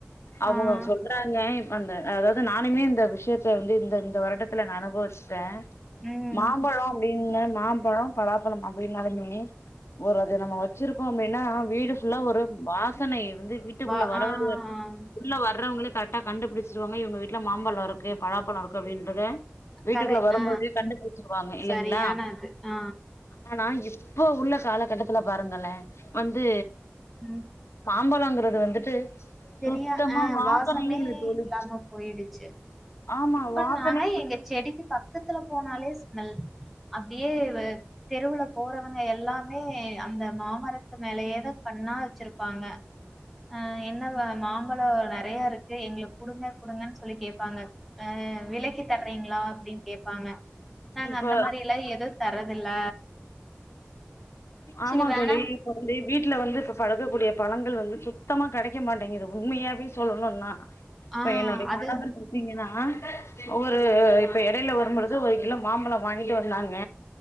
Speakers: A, on the left (about 70°); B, in the centre.
A: அவங்க
B: ஆஹ்
A: சொல்றாங்க அந்த அதாவது நானுமே இந்த விஷயத்த வந்து இந்த இந்த வருடத்தில் நான் அனுபவிச்சிட்டேன்
B: உம்
A: மாம்பழம் அப்படின்னு மாம்பழம் பழம் பலாபழம் அப்படின்னாலுமே ஒரு அது நம்ம வச்சிருக்கோம் அப்படின்னா வீடு ஃபுல்லா ஒரு வாசன இருந்து வீட்டுக்குள்ள
B: வா
A: வரவ
B: ஆஹ்
A: உள்ள வர்றவங்களுக் கரெக்டா கண்டுபிடிச்சிர்வாங்க இவங்க வீட்ல மாம்பழோ இருக்கு பழாப்பழோ இருக்குது அப்டின்றத வீட்டுக்குள்ள
B: கரை
A: வரும்போதே
B: ஆ
A: கண்டுபிடிச்சிருவாங்க இல்லைங்களா
B: சரியான அது ஆ
A: ஆனா இவ் உ உருளக்கால கட்டத்துல பாருங்களே வந்து
B: ம்
A: பாப் சம்பளம்கிறது வந்துட்டு
B: தெரியா
A: சுத்தமா
B: ஆ
A: வாசனையே
B: வாசமே
A: இல்ல தோழி
B: இல்லாம போயிடுச்சு
A: ஆமா
B: இப்ப
A: வாசனை
B: தாங்க எங்க செடிக்கு ஃபஸ்டு த்துல போனாலே ஸ்மெல் அப்படியே தெருவுல போறவங்க எல்லாமே அந்த மாமரத்து மேலயேதா கண்ணா வச்சிருப்பாங்க அ என்ன மாம்பழோ நறைய இருக்கு எங்களுக்கு குடுங்க குடுங்கன்னு சொல்லி கேப்பாங்க ஆ விலிக்கி தர்றீங்களா அப்டின்னு கேப்பாங்க நாங்க
A: இப்ப
B: அந்த மாரியல்லா எதோ தரதில்ல
A: ஆமா
B: சரி வேணா
A: தோலி இப்ப வந்து வீட்டுல வந்து இப்ப பழக்கக்கூடிய பழங்கள் வந்து சுத்தமா கெடைக்க மாட்டேங்குது உண்மையாவே சொல்லணும்னா அப்ப
B: ஆ
A: என்னுடைய
B: அது
A: கனவர் பாத்தீங்கன்னா ஒரு இப்ப எடையில வரும்பொழுது ஒரு கிலோ மாம்பழோ வாங் <unintelligible> வந்தாங்க